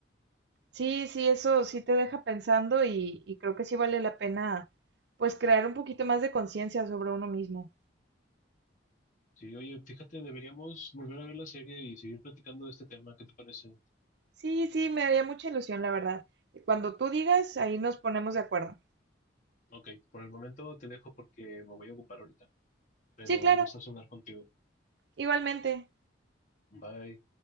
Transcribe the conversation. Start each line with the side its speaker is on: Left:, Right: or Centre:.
Right: Sí, sí, eso sí te deja pensando y, y creo que sí vale la pena pues crear un poquito más de conciencia sobre uno mismo.
Left: Sí, oye, fíjate, deberíamos volver a ver la serie y seguir platicando de este tema. ¿Qué te parece?
Right: Sí, sí, me haría mucha ilusión, la verdad. Cuando tú digas, ahí nos ponemos de acuerdo.
Left: Ok, por el momento te dejo porque me voy a ocupar ahorita, pero
Right: Sí, claro,
Left: un gusto sonar contigo.
Right: igualmente.
Left: Bye.